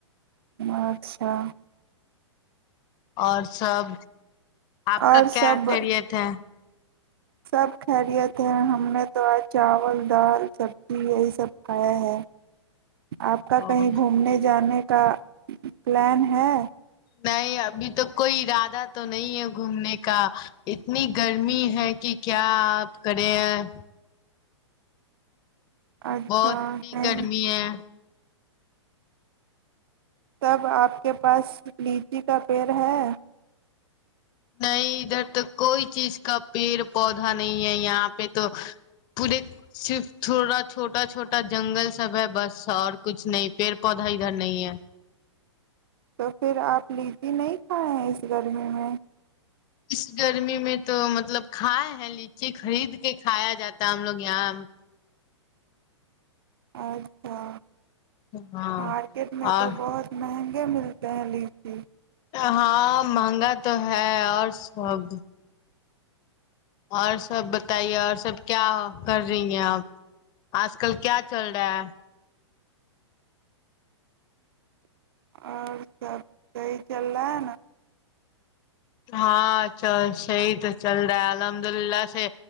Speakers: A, on the right; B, on the left.
A: اچھا
B: اور سب آپ
A: اور
B: کا کیا
A: سب
B: خیریت ہے
A: سب خیریت ہیں ہم نے تو آج چاول دال سبزی یہی سب کھایا ہے آپ کا
B: اور
A: کہیں گھومنے جانے کا پلان ہے
B: نہیں ابھی توک کوئی ارادہ تو نہیں ہے گھومنے کا اتنی گرمی ہے کہ کیا آپ کرے ہیں
A: اچھا
B: بہت
A: نہیں
B: ہی گرمی ہے
A: سب آپ کے پاس لیچی کا پیڑ ہے
B: نہیں ادھر تو کوئی چیز کا پیڑ پودا نہیں ہے یہاں پہ تو پورے صرف تھوڑا چھوٹا چھوٹا جنگل سب ہے بس اور کچھ نہیں پیڑ پودا ادھر نہیں ہے
A: تو پھر آپ لیجی نہیں کھائے ہیں اس گرمی میں
B: اس گرمی میں تو مطلب کھائے ہیں لیچی خرید کے کھایا جاتا ہے ہم لوگ یہاں
A: اچھا
B: ہاں
A: مارکیٹ میں
B: اور
A: تو بہت مہنگا ملتے ہیں لیچی
B: ہاں مہنگا تو ہے اور سب اور سب بتائیے اور سب کیا کر رہی ہیں اب آج کل کیا چل رہا ہے
A: اور سب صحیح چل رہا ہے نا
B: ہاں چل صحیح تو چل رہا ہے الحمد للہ سے